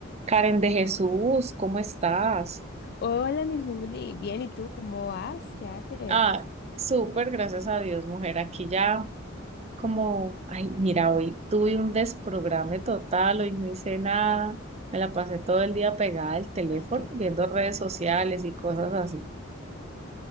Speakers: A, on the right (about 30°); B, on the left (about 50°).
A: Karen de Jesús, ¿cómo estás?
B: Hola, mi Juli. Bien, ¿y tú cómo vas? ¿Qué haces?
A: Ah, súper, gracias a Dios, mujer. Aquí ya como, ay, mira, hoy tuve un desprograme total, hoy no hice nada, me la pasé todo el día pegada al teléfono,
B: Ay, qué,
A: viendo redes sociales y cosas así.